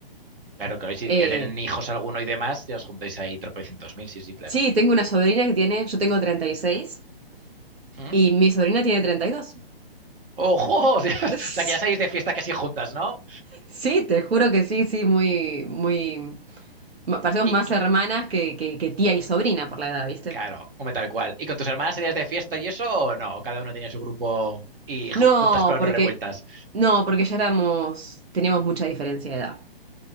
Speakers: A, on the right; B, on the right.
A: Claro, que hoy si
B: Eh,
A: ya tienen hijos alguno y demás, ya os juntáis ahí tropecientos mil, sí, sí, claro.
B: sí, tengo una sobrina que tiene, yo tengo treinta y seis
A: ¿Mm?
B: y mi sobrina tiene 32.
A: ¡Ojo! <laughs>
B: <laughs>
A: O sea, que ya salís de fiesta casi juntas, ¿no?
B: Sí, te juro que sí, sí, muy, muy, ma- parecemos
A: Y,
B: más
A: y
B: hermanas que, que, que tía y sobrina por la edad, ¿viste?
A: claro, hombre, tal cual. ¿Y con tus hermanas salías de fiesta y eso o no? ¿O cada uno tenía su grupo y
B: No,
A: juntas pero
B: porque
A: no revueltas?
B: no, porque ya éramos, teníamos mucha diferencia de edad.